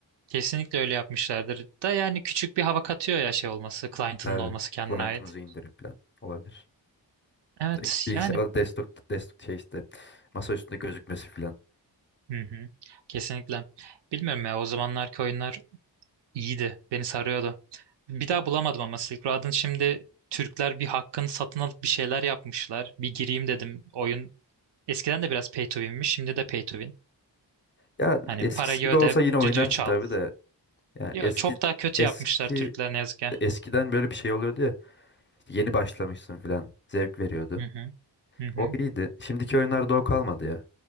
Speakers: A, on the right; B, on the left.
A: kesinlikle öyle yapmışlardır. Da yani küçük bir hava katıyor ya şey olması. Client'ın
B: Tabii
A: olması kendine
B: client'ımızı
A: ait.
B: indirip falan olabilir.
A: Evet
B: Direkt Bilgisayarda
A: yani.
B: desktop, desktop şey işte masa üstünde gözükmesi falan.
A: Hı hı. Kesinlikle. Bilmiyorum ya o zamanlarki oyunlar İyiydi. Beni sarıyordu. Bir daha bulamadım ama Silk Road'un şimdi Türkler bir hakkını satın alıp bir şeyler yapmışlar. Bir gireyim dedim. Oyun eskiden de biraz pay to win'miş. Şimdi de pay to win.
B: Ya
A: Hani
B: eskisi
A: parayı
B: gibi
A: öde,
B: olsa yine oynarsın
A: düdüğü çal.
B: tabii de. Yani
A: Yo,
B: eski
A: çok daha kötü
B: eski
A: yapmışlar Türkler ne yazık ki.
B: eskiden böyle bir şey oluyordu ya. İşte Yeni başlamışsın falan zevk veriyordu.
A: Hı hı. Hı hı.
B: O iyiydi. Şimdiki oyunlarda o kalmadı ya.